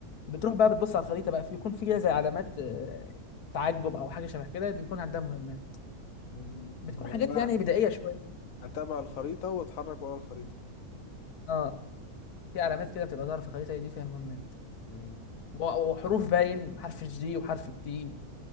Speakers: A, on the left; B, on the left.
A: بتروح بقى بتبص على الخريطة بقى بيكون في كده زي علامات آه، تعجب أو حاجة شبه كده بيكون عندها مهمات
B: مم.
A: بتكون
B: يعني
A: حاجات
B: انا
A: يعني بدائية شوية
B: اتابع الخريطة واتحرك ورا الخريطة
A: اه في علامات كده بتبقى ظاهرة في الخريطة دي فيها مهمات
B: مم.
A: و- وحروف باين حرف الجي وحرف التي